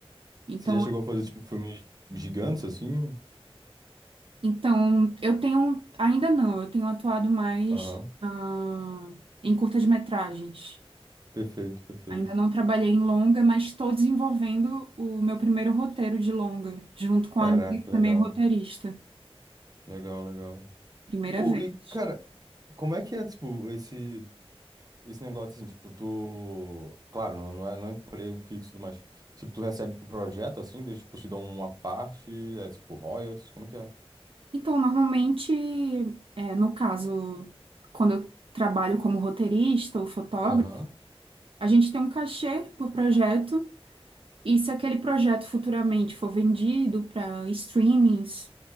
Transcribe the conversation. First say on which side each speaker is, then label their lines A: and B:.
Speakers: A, on the right (about 60°); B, on the right (about 40°).
A: Então,
B: Você já chegou a fazer, tipo, filmes gigantes, assim?
A: então eu tenho, ainda não, eu tenho atuado mais
B: Aham,
A: na- em curtas-metragens.
B: perfeito, perfeito.
A: Ainda não trabalhei em longa, mas estou desenvolvendo o meu primeiro roteiro de longa, junto com
B: Caraca,
A: a amiga que também
B: legal,
A: é roteirista.
B: legal, legal.
A: Primeira
B: Ô,
A: vez.
B: e, cara, como é que é, tipo, esse... Esse negócio assim, tipo, tu. Claro, não não é, não é emprego fixo, e tudo mais. Tipo, tu recebe pro projeto assim, eles tipo, te dão uma parte, é tipo royalties, como é que é?
A: Então, normalmente, é, no caso, quando eu trabalho como roteirista ou fotógrafo,
B: Aham.
A: a gente tem um cachê por projeto, e se aquele projeto futuramente for vendido para streamings,